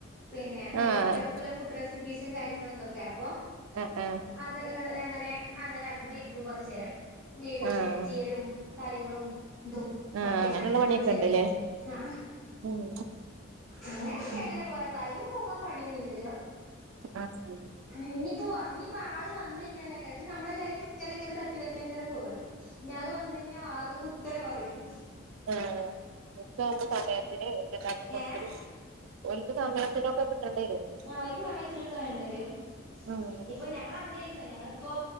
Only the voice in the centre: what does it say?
പിന്നെ അങ്ങനെ
കുട്ടികൾക്കുള്ള ഫുഡ് റെസിപ്പീസും കാര്യങ്ങളും എന്തൊക്കെ അപ്പൊ
അത് അങ്ങനെ അങ്ങനെ അങ്ങനെ അത് മമ ഇരിക്കും കുറച്ചു നേരം വീഡിയോസ്
എഡിറ്റ് ചെയ്യലും കാര്യങ്ങളും തും
ഒക്കെ യായിട്ടങ്ങനെ
കൊറച്ചു നേരം
പോവും ആ
അങ്ങനെയൊക്കെ
അങ്ങനെ പോ ടൈം പോകാൻ പണിയൊന്നുംല്ലല്ലോ
ഇനിയിപ്പോ ഇനിയിപ്പോൊ ആള് വന്ന കഴിഞ്ഞാലക്കെ ഇപ്പ നമ്മുടെ ലൈഫ് അങ്ങനെങ്ങനെ തട്ടി തട്ടി അങ്ങനെ പോാണ് ഞാള് വന്ന കഴിഞ്ഞാൽ ആകെ കുത്തന മറിയും
ഏഹ്
ആ ഒരു സമയത്തിനൊക്കെ വേണ്ട വരും
ഇപ്പൊ ഞങ്ങ ളവിടെയിരുന്നു ഞങ്ങള് ഇപ്പൊ